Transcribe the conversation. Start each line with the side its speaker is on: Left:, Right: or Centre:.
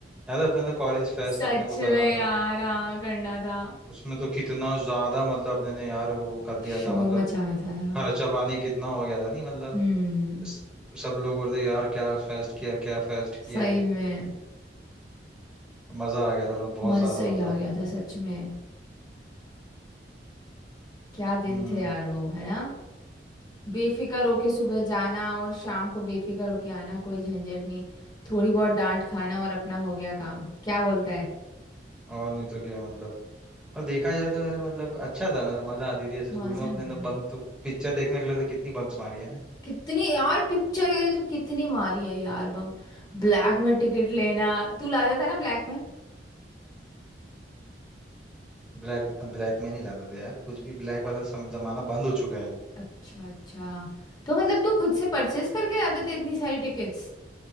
Centre: याद है अपने ने कॉलेज फेस्ट
Left: सच
Centre: अपने को करना
Left: में
Centre: था
Left: यार हाँ करना था
Centre: उसमें तो कितना ज्यादा मतलब अपने ने यार वो कर दिया
Left: शोर
Centre: था मतलब
Left: मचाया था यार
Centre: खर्चा पानी कितना हो गया था नहीं मतलब
Left: हम्म
Centre: इस- सब लोग बोल रहे यार क्या फेस्ट किया क्या फेस्ट किया
Left: सही
Centre: है
Left: में
Centre: मजा आ गया था मतलब बहुत
Left: मजा
Centre: ज्यादा
Left: ही
Centre: मजा
Left: आ
Centre: आ
Left: गया
Centre: गया
Left: था
Centre: था
Left: सच में क्या दिन
Centre: हम्म
Left: थे यार वो है ना बेफिक्र होके सुबह जाना और शाम को बेफिक्र होके आना कोई झंझट नहीं थोड़ी बहुत डांट खाना और अपना हो गया काम क्या बोलता है
Centre: और नहीं तो क्या मतलब और देखा जाए तो यार मतलब अच्छा था मतलब मजा आती थी ऐसे
Left: मजा
Centre: स्कूल में अपने
Left: आता
Centre: तो
Left: था
Centre: बंक तो पिक्चर देखने के लिए तो कितनी बंक्स मारी है ना
Left: कितनी यार पिक्चर के लिए तो कितनी मारी है यार बंग ब्लैक में टिकट लेना तू लाता था ना ब्लैक में
Centre: ब्लैक ब्लैक में नहीं लाता था यार कुछ भी ब्लैक वाला सम, जमाना बंद हो चुका है
Left: अच्छा अच्छा तो मतलब तू खुद से परचेस करके लाते थे इतनी सारी टिकट्स